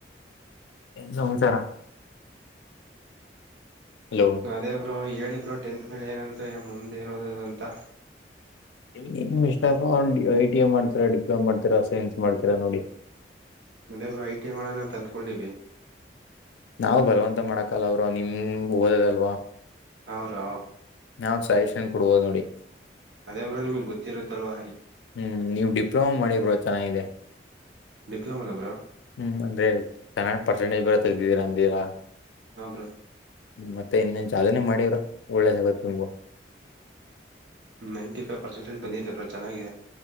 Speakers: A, on the left (about 80°); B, on the right (about 75°).
A: ಏನ್ ಸಮಾಚಾರಾ ಹಲೋ
B: ಅದೇ ಬ್ರೋ ಹೇಳಿ ಬ್ರೋ ಟೆಂತ್ ಮೇಲೆ ಏನಂತ ಮುಂದ್ ಏನ್ ಒದದು ಅಂತ
A: ನಿಮ್ ಇಷ್ಟ ಐ ಟಿ ಎ ಮಾಡ್ತೀರಾ ಡಿಪ್ಲೋಮಾ ಮಾಡ್ತೀರಾ ಸೈನ್ಸ್ ಮಾಡ್ತೀರಾ ನೋಡಿ
B: ಅದೇ ಬ್ರೋ ಐ ಟಿ ಐ ಮಾಡೋಣ ಅಂತ ಅಂದಕೊಂಡಿವಿ
A: ನಾವ್ ಬಲವಂತ ಮಾಡಕಲ್ಲ ಅವರು ನಿಮ ಓದದಲ್ವಾ
B: ಹೌ್ ಬ್ರೋ
A: ನಾವ್ ಸೊಲ್ಯೂಷನ್ ಕೊಡ್ಬೋದು್ ನೋಡಿ
B: ಅದೇ ಬ್ರೋ ನಿಮ್ಗ್ ಗೊತ್ತಿರುತ್ತಲ್ವ
A: ಹ್ಮ್ ನೀವ್ ಡಿಪ್ಲೊಮಾ ಮಾಡಿಿ ಬ್ರೋ ಚೆನ್ನಾಗಿದೆ
B: ಡಿಪ್ಲೊಮಾನ ಬ್ರೋ
A: ಹ್ಮ್ ಅಂದ್ರೆ ಚೆನಾಗಿ ಪರ್ಸೆಂಟೇಜ್ ಬೇರೆ ತಗ್ದಿದೀರ ಅಂದಿರ
B: ಹಾ ಬ್ರೋ
A: ಮತ್ತೆ ಇನ್ನೊನ್ ಜಾಲನೆೇ ಮಾಡಿವ್ ಬ್ರೋ ಒಳ್ಳೆದಾಗತ್ತ ನಿಮಗುವ
B: ನೈಂಟಿ ಫೈವ್ ಪರ್ಸೆಂಟೇಜ್ ಬಂದಿದೆ ಬ್ರೋ ಚೆನ್ನಾಗಿ